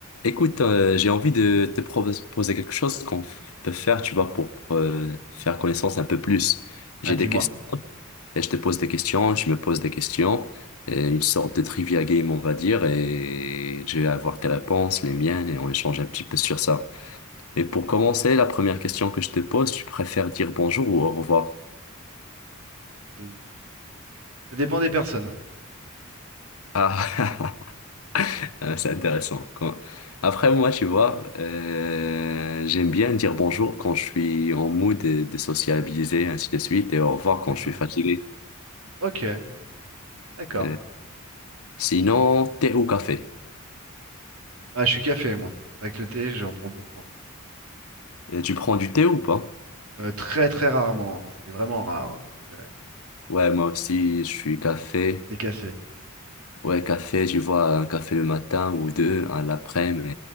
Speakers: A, on the left (about 80°); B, on the right (about 85°).
A: Écoute, euh, j'ai envie de te proposer quelque chose qu'on f- peut faire, tu vois, pour, pour, euh, faire connaissance un peu plus. J'ai
B: Ah, dis-moi.
A: des questions et je te pose des questions, je me pose des questions, et une sorte de trivia game, on va dire, et je vais avoir tes réponses, les miennes, et on échange un petit peu sur ça. Et pour commencer, la première question que je te pose, tu préfères dire bonjour ou au revoir?
B: Mm. Ça dépend des personnes.
A: Ah, <laughs> Euh, c'est intéressant. Quand- Après, moi, tu vois, euh, j'aime bien dire bonjour quand je suis en mood de, de sociabiliser, ainsi de suite, et au revoir quand
B: D'accord.
A: je suis fatigué.
B: Ok, d'accord.
A: Euh, sinon, thé ou café?
B: Ah, je suis café, moi. Avec le thé, j'en prends beaucoup moins.
A: Euh, tu prends du thé ou pas?
B: Euh, très, très rarement. hein. C'est vraiment rare. hein. Euh,
A: Ouais, moi aussi, je suis café.
B: Thé café.
A: Ouais, café, tu vois, un café le matin ou deux, un l'après-midi,